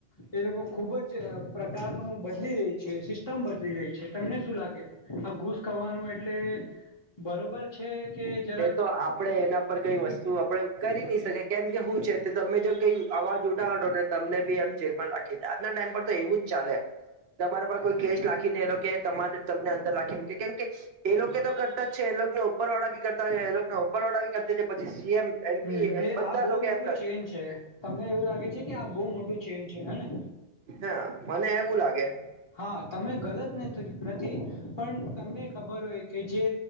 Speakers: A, on the left; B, on the right.
A: એ લોકો ખૂબ જ પ્રકારનું બદલી રહી છે સિસ્ટમ બદલી રહી છે તમને શું લાગે આ ઘૂસ ખાવાનું એટલે બરોબર છે કે જરાક
B: એ તો આપડે એના પર કઈ વસ્તુ આપડે કરી નહી શકી કેમ કે હું છે તમે જો કઈ અવાજ ઉઠાવોને તમને બી એમ જેલમાં રાખી દ આજના ટાઈમ પર તો એવું ચાલે તમારા પર કોઈ કેસ લખીને એ લોકો તમારે તમને અંદર લખી મૂકે કેમ કે એ લોકો તો કરતા જ છે એ લોકોને ઉપર વાળા બી કરતા છે એ લોકોને ઉપર વાળા બી કરતા છે પછી સીએમ એમપી
A: હમ એ
B: બધા
A: આ બહુ
B: લોકો
A: મોટું
B: એમ કરશે
A: ચેન છે તમને એવું લાગે છે કે આ બહુ મોટું ચેન્ છે હને
B: હા મને એવું લાગે
A: હા તમે ગલત નથી નથી પણ તમને ખબર હોય કે જે